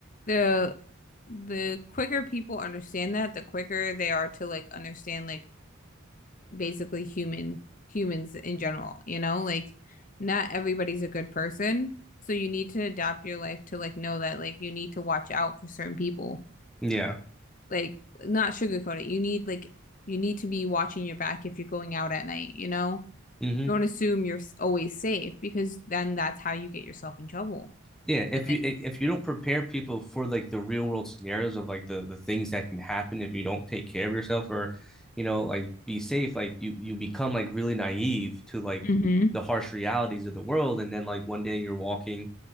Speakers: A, on the left; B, in the centre.
A: the the quicker people understand that, the quicker they are to like understand like basically human humans in general, you know? Like not everybody's a good person, so you need to adapt your life to like know that like you need to watch out for certain people.
B: yeah
A: Like not sugarcoat it. You need like you need to be watching your back if you're going out at night, you know?
B: mm-hmm
A: Don't assume you're always safe because then that's how you get yourself in trouble.
B: Yeah, if
A: And like
B: you if you don't prepare people for like the real world scenarios of like the the things that can happen if you don't take care of yourself or you know like be safe, like you you become like really naive to like
A: hmm
B: the harsh realities of the world, and then like one day you're walking,